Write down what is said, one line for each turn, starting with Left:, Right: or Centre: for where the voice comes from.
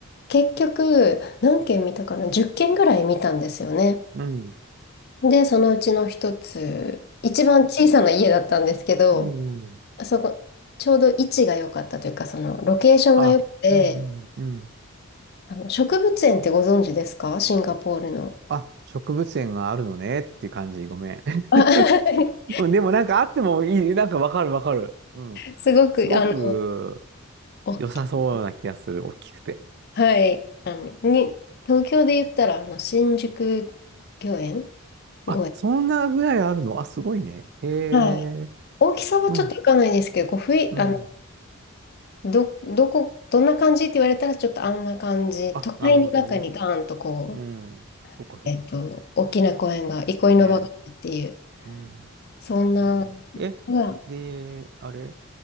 Left: 結局、何軒見たかな ?10 軒ぐらい見たんですよね。
Right: うん。うん。
Left: で、そのうちの一つ、一番小さな家だったんですけど、
Right: うん。うん。
Left: そこ、ちょうど位置が良かったというか、そのロケーションが良くて、
Right: あ、うん。うん。うん
Left: あの、植物園ってご存知ですかシンガポールの。
Right: あ、植物園があるのねっていう感じ。ごめん。<laughs>
Left: あ <laughs>
Right: うん、でもなんかあってもいい。なんかわかるわかる。うん。
Left: すごく、
Right: すごく
Left: あの、おっき
Right: 良さそうな気がする。大きくて。
Left: はい。あの、に、東京で言ったら、あの、新宿御苑御苑。
Right: あ、そんなぐらいあるのあ、すごいね。へえ。
Left: はい。大きさはちょっといかないですけど、
Right: うん。
Left: こう、ふい、
Right: うん。
Left: あの、ど、どこ、どんな感じって言われたら、ちょっとあんな感じ。
Right: あ、
Left: 都会の中にガーンとこう、
Right: なるほどね。うん。そっかそっかそっかそっ
Left: えっと、大きな公園が、憩いの場があるっていう、
Right: か。ね。うん。
Left: そんな、
Right: えーえ、
Left: うわ、
Right: で、あれ